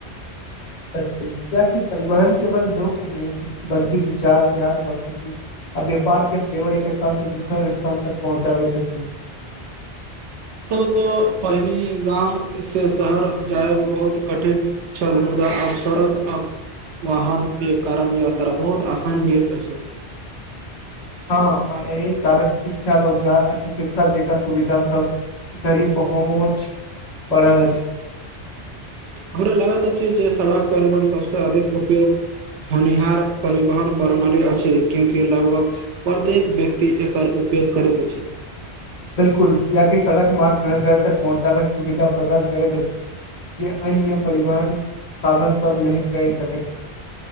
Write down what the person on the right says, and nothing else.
त पहिने गाँव से शहर जायब बहुत कठिन छल, मुदा आब सड़क आ वाहनक के कारण यात्रा बहुत आसान गेल अछि।
हमरा लागैत छै जे सड़क परिवहन सबस अधिक उपयोग होनिहार परिवहन प्रणाली अछि, क्यूंकि लगभग प्रत्येक व्यक्ति एकर उपयोग करैत अछि।